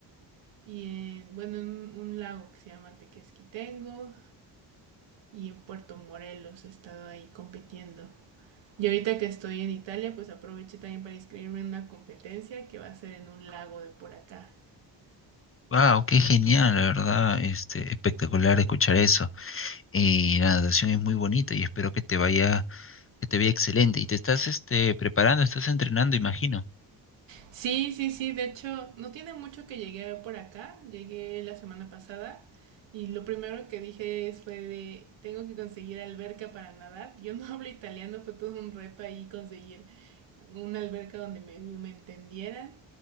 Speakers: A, on the right (about 80°); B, on the left (about 30°).
A: y en, bueno, en un, un lago que se llama Tequesquitengo y en Puerto Morelos he estado ahí compitiendo. Y ahorita que estoy en Italia, pues aproveché también para inscribirme en una competencia que va a ser en un lago de por acá.
B: Wow, qué genial, la verdad, este, espectacular escuchar eso. Y la natación es muy bonita y espero que te vaya, que te vaya excelente. Y te estás, este, preparando, estás entrenando, imagino.
A: Sí, sí, sí, de hecho, no tiene mucho que llegué por acá, llegué la semana pasada y lo primero que dije es- fue de, tengo que conseguir alberca para nadar. Yo no <laughs> hablo italiano, fue todo un reto ahí conseguir una alberca donde me, me entendieran.